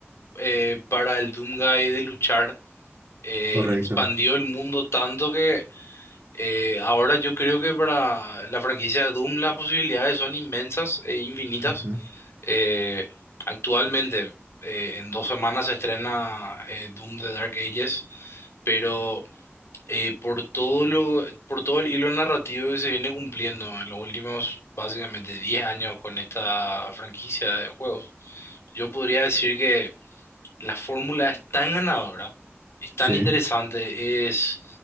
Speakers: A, on the left; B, on the right.
A: eh, para el Doomguy de luchar, eh,
B: correcto.
A: expandió el mundo tanto que Eh, ahora yo creo que para la franquicia de Doom las posibilidades son inmensas e infinitas.
B: Ujú.
A: Eh, actualmente, eh, en dos semanas se estrena eh, Doom The Dark Ages, pero eh, por todo lo, por todo el hilo narrativo que se viene cumpliendo en los últimos básicamente 10 años con esta franquicia de juegos, yo podría decir que la fórmula es tan ganadora, es tan
B: Sí,
A: interesante, es